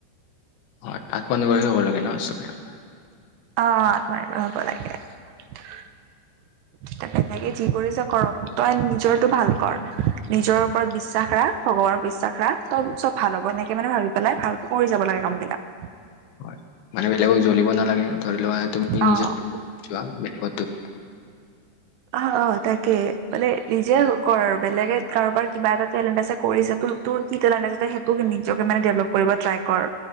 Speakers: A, on the left; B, on the right.
A: হয় আত্মনিৰ্ভৰশীল হব লাগে ন চবেই
B: অ আত্মনিৰ্ভৰশীল হব লাগে
A: <unintelligible>
B: বেলেগে যি কৰিছে কৰক তই নিজৰটো ভাল কৰ নিজৰ ওপৰত বিশ্বাস ৰাখ ভগৱানৰ বিশ্বাস ৰাখ তব চব ভাল হব এনেকে মানে ভাবি পেলাই ভালকে কৰি যাব লাগে কাম বিলাক
A: হয় মানে বেলেগক জ্বলিব নালাগে ধৰি লোৱালে তুমি নিজো
B: অ
A: <unintelligible> <inaudible>
B: অ অ তাকে মানে নিজে কৰ আৰু বেলেগে কাৰোবাৰ কিবা এটা টেলেণ্ট আছে কৰিছে তুৰ তুৰ কি টেলেণ্ট আছে সেইটো নিজে মানে ডেভলপ কৰিব ট্ৰাই কৰ